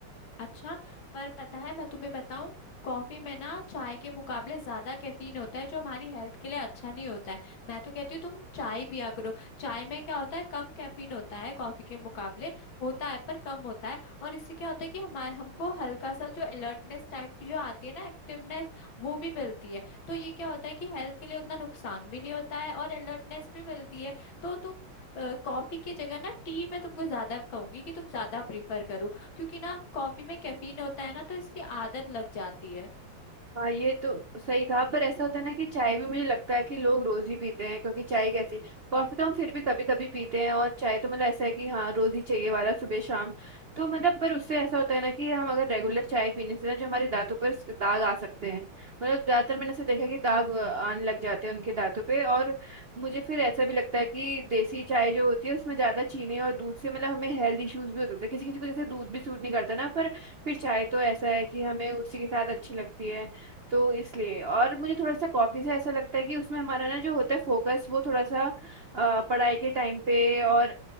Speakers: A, on the left; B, on the right.
A: अच्छा पर पता है मैं तुम्हें बताऊं कॉफी में ना चाय के मुकाबले ज्यादा कैफीन होता है जो हमारी हेल्थ के लिए अच्छा नहीं होता है मैं तो कहती हूँ तुम चाय पिया करो चाय में क्या होता है कम कैफीन होता है कॉफी के मुकाबले होता है पर कम होता है और इससे क्या होता है कि हमारे हमको हल्का सा जो अलर्टनेस टाइप की जो आती है ना एक्टिवनेस वो भी मिलती है तो ये क्या होता है कि हेल्थ के लिए उतना नुकसान भी नहीं होता है और अलर्टनेस भी मिलती है तो तुम अ, कॉफी की जगह ना टी मैं तुमको ज्यादा कहूंगी कि तुम ज्यादा प्रीफर करो क्योंकि ना कॉफी में कैफीन होता है ना तो इसकी आदत लग जाती है
B: हाँ ये तो सही कहा पर ऐसा होता है ना कि चाय भी मुझे लगता है कि लोग रोज ही पीते हैं क्योंकि चाय कैसी कॉफी तो हम फिर भी कभी कभी पीते हैं और चाय तो मतलब ऐसा है कि हाँ रोज ही चाहिए वाला सुबह शाम तो मतलब पर उससे ऐसा होता है ना कि हम अगर रेगुलर चाय पीने से ना जो हमारे दांतों पर स- दाग आ सकते हैं मतलब ज्यादातर मैंने ऐसे देखा है कि दाग अ, आने लग जाते हैं उनके दांतों पे और मुझे फिर ऐसा भी लगता है कि देसी चाय जो होती है उसमें ज्यादा चीनी और दूध से मतलब हमें हेल्थ इश्यूज भी हो सकते हैं किसी किसी को जैसे दूध भी सूट नहीं करता ना पर फिर चाय तो ऐसा है कि हमें उसी के साथ अच्छी लगती है तो इसलिए और मुझे थोड़ा सा कॉफी से ऐसा लगता है कि उसमें हमारा ना जो होता है फोकस वो थोड़ा सा अ, पढ़ाई के टाइम पे और